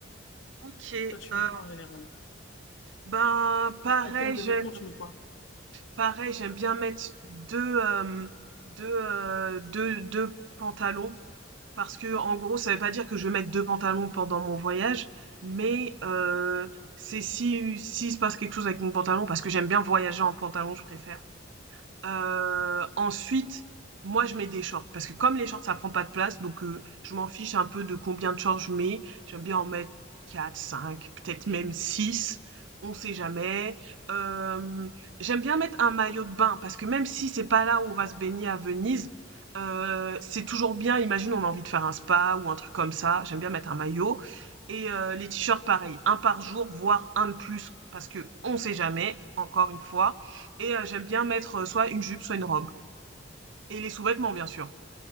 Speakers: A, on the right (about 65°); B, on the left (about 70°).
A: Ok,
B: Toi, tu
A: euh,
B: mets quoi en général?
A: ben pareil,
B: En, en termes de
A: j'aime
B: vêtements, tu mets quoi?
A: Pareil, j'aime bien mettre deux hem, deux heu, 2- 2 pantalons parce que en gros, ça veut pas dire que je vais mettre 2 pantalons pendant mon voyage, mais heu, c'est si s'il se passe quelque chose avec mon pantalon parce que j'aime bien voyager en pantalon, je préfère Heu, ensuite, moi, je mets des shorts parce que comme les shorts, ça prend pas de place, donc heu, je m'en fiche un peu de combien de shorts je mets. J'aime bien en mettre quatre cinq peut-être même six on sait jamais. Hem, j'aime bien mettre un maillot de bain parce que même si c'est pas là où on va se baigner à Venise, heu, c'est toujours bien. Imagine, on a envie de faire un spa ou un truc comme ça, j'aime bien mettre un maillot et heu, les t-shirts, pareil, un par jour, voire un de plus parce que qu'on sait jamais, encore une fois. Et heu, j'aime bien mettre, heu, soit une jupe, soit une robe et les sous-vêtements, bien sûr.